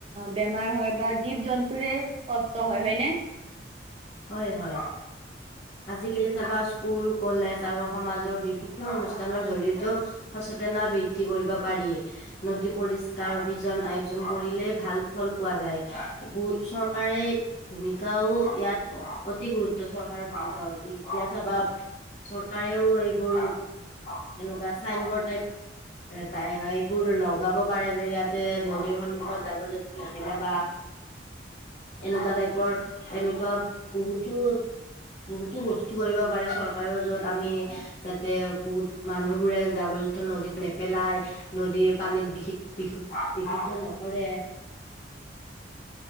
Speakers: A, on the right; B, on the left.
A: বেমাৰ হয় বা জীৱ জন্তুৰে কষ্ট হয় হয়নে
B: হয় হয় আজিকালি চাবা স্কুল কলেজ আৰু সমাজৰ বিভিন্ন অনুষ্ঠানৰ জৰিয়তেও সচেতনা বৃদ্ধি কৰিব পাৰি নদী পৰিষ্কাৰ অভিযান আয়োজন কৰিলে ভাল ফল পোৱা যায় বহুত চৰকাৰে ভূমিকাও ইয়াত অতি গুৰুত্ব চৰকাৰৰ ভূমিকা হৈছে এতিয়া চাবা চৰকাৰেও এইবোৰ এনেকুৱা চাইন বৰ্ড টাইপ টাই এইবোৰ লগাব পাৰে যে ইয়াতে নদীৰ সন্মুখত জাৱৰ জথু নেপেলাবা এনেকুৱা টাইপৰ এনেকুৱা বহুতো বহুতো বস্তু কৰিব পাৰে চৰকাৰেও যত আমি যাতে বহুত মানুহ বুৰে জাবৰ জোথৰ নদীত নেপেলাই নদীৰ পানীত বিশুু বিশুদ্ধ নকৰে